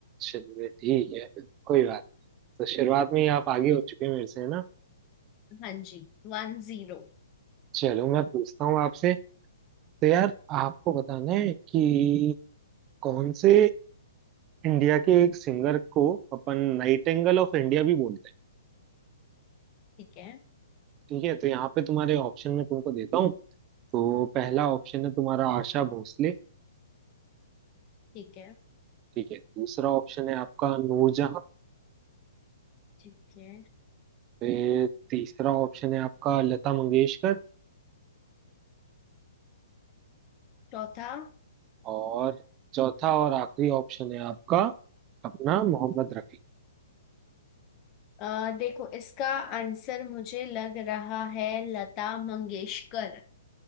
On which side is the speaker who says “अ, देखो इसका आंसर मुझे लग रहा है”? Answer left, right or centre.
Left